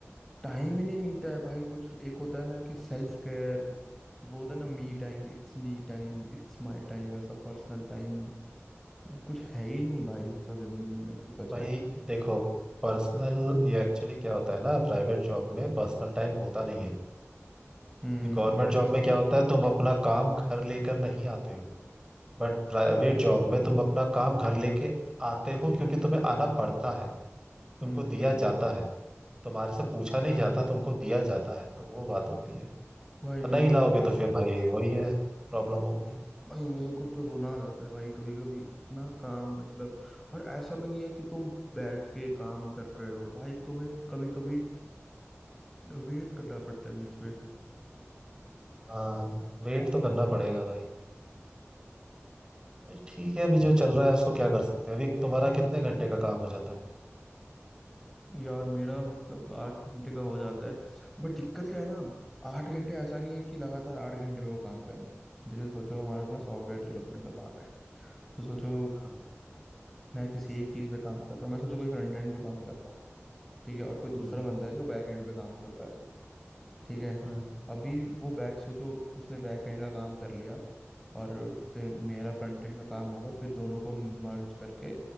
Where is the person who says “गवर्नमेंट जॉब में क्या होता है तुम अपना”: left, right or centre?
Right